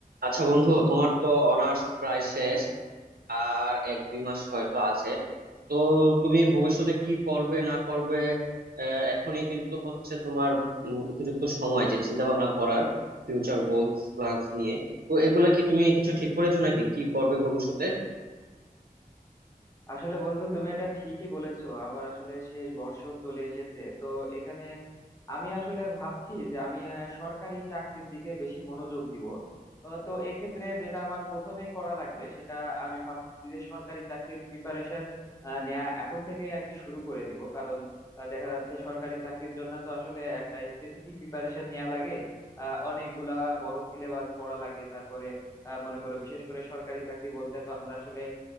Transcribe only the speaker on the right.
আচ্ছা বন্ধু তোমার তো অনার্স প্রায় শেষ আর এক দুই মাস হয়তো আছে তো তুমি ভবিষ্যতে কি করবে না করবে আহ, এখনই কিন্তু হচ্ছে তোমার উম, উপযুক্ত সময় যে চিন্তা ভাবনা করার ফিউচার গোলস প্ল্যানস নিয়ে তো এগুলা কি তুমি কিছু ঠিক করেছো নাকি কি করবে ভবিষ্যতে